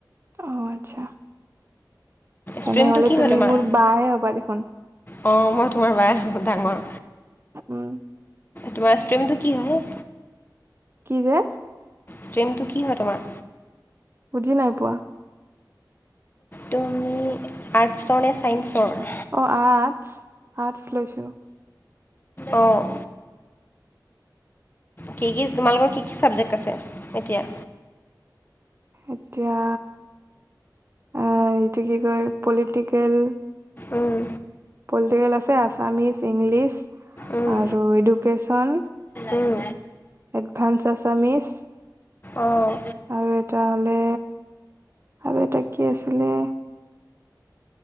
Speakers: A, on the right (about 35°); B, on the left (about 30°).
A: অ আচ্ছা তেনেহলে
B: ষ্ট্ৰীমটো কি
A: তুমি
B: হয় তোমাৰ
A: মোৰ বা হে হ'বা দেখোন।
B: অঁ মই তোমাৰ বায়ে হম, ডাঙৰ
A: উম।
B: তোমাৰ ষ্ট্ৰিমটো কি হয়?
A: কি যে?
B: ষ্ট্ৰিমটো কি হয় তোমাৰ?
A: বুজি নাই পোৱা।
B: তুমি আৰ্টছৰ নে চাইন্ঞ্চৰ?
A: অ', আৰ্টছ আৰ্টছ লৈছো।
B: অ'। কি-কি তোমালোকৰ, কি-কি চাবজেক্ট আছে এতিয়া?
A: এতিয়া, আহ এইটো কি কয় পলিটিকেল
B: উম
A: পলিটিকেল আছে, আছামিছ, ইংলিছ
B: উম
A: আৰু এডুকেশ্যন,
B: উম
A: এডভাঞ্চ আছামিজ,
B: অঁ
A: আৰু এটা হ'লে আৰু এটা কি আছিলে?